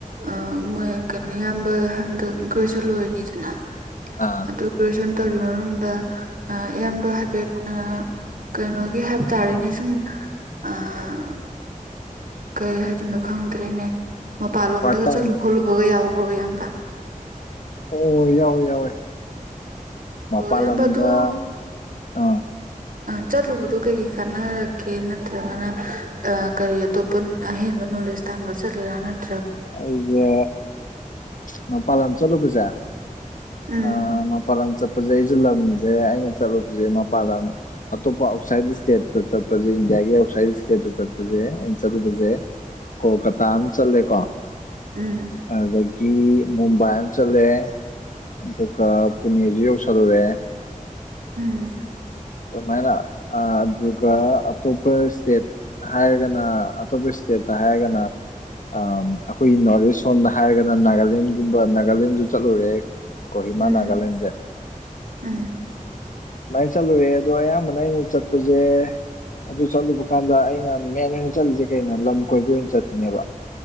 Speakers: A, on the right (about 75°); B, on the left (about 65°).
A: ꯑꯥ ꯃꯣꯏ ꯀꯩꯅꯣ ꯌꯥꯝ ꯍꯟꯗꯛ ꯒ꯭ꯔꯦꯖꯦꯁꯟ ꯂꯣꯏꯔꯤꯅꯤꯗꯅ
B: ꯑꯥ
A: ꯑꯗꯨ ꯒ꯭ꯔꯦꯖꯦꯁꯟ ꯇꯧꯔꯤ ꯃꯅꯨꯡꯗ ꯑꯥ ꯏꯌꯥꯝꯕ ꯍꯥꯏꯐꯦꯠ ꯑꯥ ꯀꯩꯅꯣꯒꯤ ꯍꯥꯏꯕ ꯇꯥꯔꯦꯅꯦ ꯁꯨꯝ ꯑꯥ ꯀꯩ ꯍꯥꯏꯗꯣꯅꯣ ꯈꯪꯗ꯭ꯔꯦꯅꯦ ꯃꯄꯥꯟꯂꯣꯝꯗꯒ
B: ꯄꯥꯔꯠ ꯇꯥꯏꯝ
A: ꯆꯠꯂꯨ ꯈꯣꯠꯂꯨꯕꯒ ꯌꯥꯎꯕ꯭ꯔꯣ ꯏꯌꯥꯝꯕ
B: ꯑꯣ ꯌꯥꯎꯋꯦ ꯌꯥꯎꯋꯦ ꯃꯄꯜ
A: ꯑꯣ ꯏꯌꯥꯝꯕ
B: ꯂꯝꯗ
A: ꯑꯗꯨ
B: ꯑꯥ
A: ꯑꯥ ꯆꯠꯂꯨꯕꯗꯣ ꯀꯩ ꯀꯩ ꯀꯥꯟꯅꯔꯛꯀꯦ ꯅꯠꯇ꯭ꯔꯥꯒꯅ ꯑꯥ ꯀꯔꯤ ꯑꯇꯣꯞ ꯄꯨꯟ ꯑꯍꯦꯟꯕ ꯅꯣꯂꯦꯖ ꯇꯥꯟꯕ ꯆꯠꯂꯤꯔꯥ ꯅꯠ
B: ꯑꯩꯁꯦ ꯎꯝ ꯄꯜꯟ ꯆꯂꯨ ꯄꯖꯥ
A: ꯎꯝ
B: ꯑ ꯃꯄꯂꯥꯟ ꯆꯠꯄꯁꯦ ꯑꯩꯁꯨꯦ ꯂꯝꯁꯦ ꯑꯩꯅ ꯆꯠꯂꯨꯕꯁꯦ ꯃꯄꯥꯟꯂꯥꯟ ꯑꯇꯣꯞꯄ ꯑꯥꯎꯠꯁꯥꯏꯠ ꯗ ꯏꯁꯇꯦꯠꯇ ꯆꯠꯄꯁꯦ ꯏꯟꯗꯤꯌꯥꯒꯤ ꯑꯥꯎꯠꯁꯥꯏꯠ ꯏꯁꯇꯦꯠꯇ ꯆꯠꯄꯁꯦ ꯑꯩꯅ ꯆꯠꯂꯨꯕꯁꯦ ꯀꯣꯜꯀꯇꯥ ꯑꯃ ꯆꯜꯂꯦꯀꯣ
A: ꯎꯝ
B: ꯑꯗꯒꯤ ꯃꯨꯝꯕꯥꯏ ꯑꯃ ꯆꯠꯂꯦ ꯑꯗꯨꯒ ꯄꯨꯅꯦꯁꯨ ꯌꯧꯁꯜꯂꯨꯔꯦ
A: ꯎꯝ
B: ꯑꯗꯨꯃꯥꯏꯅ ꯑꯗꯨꯒ ꯑꯇꯣꯞꯄ ꯏꯁꯇꯦꯠ ꯍꯥꯏꯔꯒꯅ ꯑꯇꯣꯞꯄ ꯏꯁꯇꯦꯠꯇ ꯍꯥꯏꯔꯒꯅ ꯑ ꯑꯩꯈꯣꯏꯒꯤ ꯅꯣꯔꯠ ꯏꯁ ꯁꯣꯟꯗ ꯍꯥꯏꯔꯒꯅ ꯅꯥꯒꯥꯂꯦꯟꯒꯨꯝꯕ ꯅꯥꯒꯥꯂꯦꯟꯁꯨ ꯆꯠꯂꯨꯔꯦ ꯀꯣꯍꯤꯃꯥ
A: ꯎꯝ
B: ꯅꯒꯥꯂꯦꯟꯁꯦ
A: ꯎꯝ
B: ꯑꯗꯨꯨꯃꯥꯏꯅ ꯆꯠꯂꯨꯔꯦ ꯑꯗꯣ ꯑꯌꯥꯝꯕꯅ ꯑꯩꯅ ꯆꯠꯄꯁꯦ ꯑꯗꯨ ꯆꯠꯂꯨꯕ ꯀꯥꯟꯗ ꯑꯩꯅ ꯃꯦꯟ ꯑꯣꯏꯅ ꯆꯠꯂꯤꯁꯦ ꯀꯩꯅꯣ ꯂꯝ ꯀꯣꯏꯕ ꯑꯣꯏꯅ ꯆꯠꯄꯅꯦꯕ